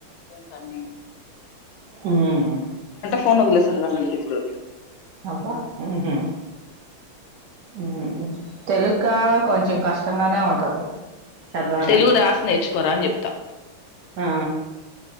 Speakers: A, on the left; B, on the right.
A: కానీ
B: హ్మ్
A: పోన్ వదిలేసి ఏళ్లాలండీప్పుడు
B: అబ్బా మ్మ్ హ్మ్ మ్మ్ తెలుగ్గా కొంచెం కష్టంగానే ఉంటది చదవాలంటే
A: తెలుగు రాసి నేర్చుకోరా అని చెప్తా
B: ఆ